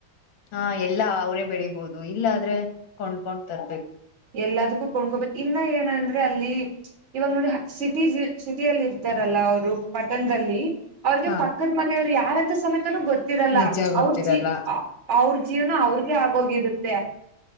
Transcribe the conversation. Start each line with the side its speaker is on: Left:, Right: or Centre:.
Left: ಹಾ ಎಲ್ಲಾ ಅವ್ರೇ ಬೆಳಿಬೊದು ಇಲ್ಲ ದ್ರೆ ಕೊಂಡ್ಕೊಂಡ್ ತರ್ಬೇಕು.
Right: ಎಲ್ಲದಕ್ಕೂ ಕೊಂಡ್ಕೋಬೇಕು ಇನ್ನ ಏನಂದ್ರೆ ಅಲ್ಲಿ ಇವಾಗ್ ನೋಡಿ ಸಿಟಿ ಸಿಟಿಯಲ್ಲಿ ಇರ್ತಾರಲ್ಲ ಅವ್ರ್ ರು ಪಟನ್ದಲ್ಲಿ ಅವ್ರಗೆ
Left: ಹಾ
Right: ಪಕ್ಕದ್ ಮನೆಯವ್ರ್ ಯಾರಂತ ಸಮೆ ತನು ಗೊತ್ತಿರಲ್ಲ
Left: ನಿಜ ಗೊತ್ತಿರಲ್ಲ
Right: ಅವ್ರ್ ಜೀ ಅವ್ರ್ ಜೀವ್ನ ಅವ್ರ್ಗೆ ಆಗೋಗಿರುತ್ತೆ.